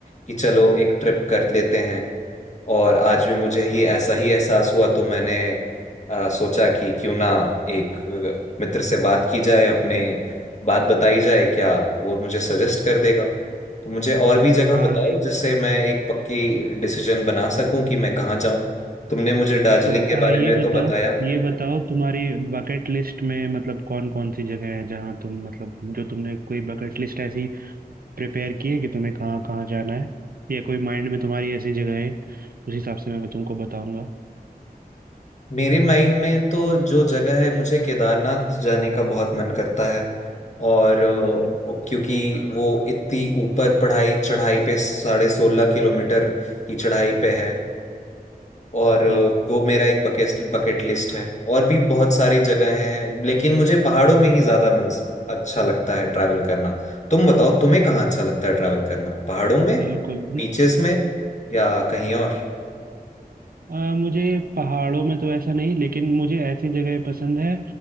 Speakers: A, on the left; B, on the right.
A: कि चलो एक ट्रिप कर लेते हैं और आज भी मुझे ही ऐसा ही एहसास हुआ तो मैंने अ, सोचा कि क्यों ना एक अ, मित्र से बात की जाए अपने बात बताई जाए क्या वो मुझे सजेस्ट कर देगा तो मुझे और भी जगह
B: हाँ
A: बताओ जिससे मैं एक पक्की डिसीजन बना सकूं कि मैं कहाँ जाऊं तुमने मुझे दार्जिलिंग
B: तो
A: के
B: आ,
A: बारे
B: ये
A: में तो
B: बताओ
A: बताया
B: ये बताओ तुम्हारी बकेट लिस्ट में मतलब कौन कौन सी जगह है जहाँ तुम मतलब जो तुमने कोई बकेट लिस्ट ऐसी प्रिपेयर किए कि तुम्हें कहाँ कहाँ जाना है या कोई माइंड में तुम्हारी ऐसी जगह है उस हिसाब से मैं तुमको बताऊंगा
A: मेरे माइंड में तो जो जगह है मुझे केदारनाथ जाने का बहुत मन करता है और अ,
B: हम्म
A: वो- क्योंकि वो इतनी ऊपर पढ़ाई चढ़ाई पे साढ़े सोलह किलोमीटर की चढ़ाई पे है और अ,
B: हम्म
A: वो मेरा एक बकेट बकेट लिस्ट है और भी बहुत सारी जगह हैं लेकिन मुझे पहाड़ों में ही ज्यादा मन अच्छा लगता है ट्रैवल करना तुम बताओ तुम्हें कहाँ अच्छा लगता है ट्रैवल करना पहाड़ों में
B: बिल्कुल
A: बीचेस में या कहीं और
B: आ, मुझे पहाड़ों में तो ऐसा नहीं लेकिन मुझे ऐसी जगह पसंद है